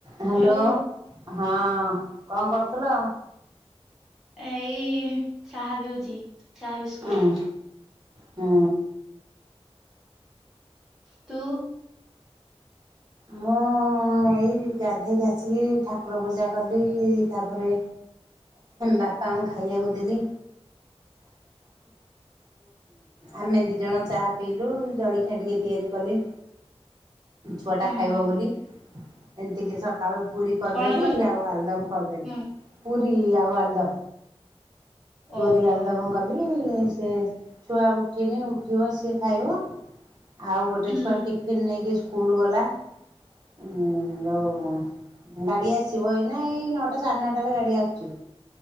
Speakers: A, on the right; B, in the centre.
A: ହ୍ୟାଲୋ
B: ହଉ
A: ହଁ କଣ କରୁଥିଲ?
B: ଏ ଏଇ ଚାହା ପିଉଛି। ଚାହା ବିସ୍କୁଟ
A: ହଁ ହୁଁ।
B: ତୁ।
A: ମୁଁ ଏଇ ଗାଧେଇ ଆସିକି ଠାକୁର ପୂଜା କଲି ତାପରେ ବାପାଙ୍କୁ ଖାଇବାକୁ ଦେଲି। ଆମେ ଦିଜଣ ଚାହା ପିଇଲୁ ଜଳଖିଆ ଟିକେ ତିଆରି କଲି। ଛୁଆ ଟା
B: ହୁଁ
A: ଖାଇବ ବୋଲି ଏମିତିକି ସକାଳୁ ପୁରୀ କରିଦେଲି
B: କଣ କର
A: ଆଉ ଆଳୁଦମ କରିଦେଲି।
B: ହୁଁ
A: ପୁରି ଆଉ ଆଳୁଦମ ପୁରି
B: ଓହୋ।
A: ଆଳୁଦମ। କଲି ସେ ଛୁଆ ଉଠିନି ଉଠିବ ସିଏ ଖାଇବ। ଆଉ ଗୋଟେ
B: ହୁଁ
A: ଛୁଆ ଟିଫିନ ନେଇକି ସ୍କୁଲ ଗଲା ଉ ଯୋଉ ଗାଡି ଆସିବ ଏଇନା ଏଇ ନଅଟା ସାଢେ ନଅଟାରେ ଗାଡି ଆସୁଛି।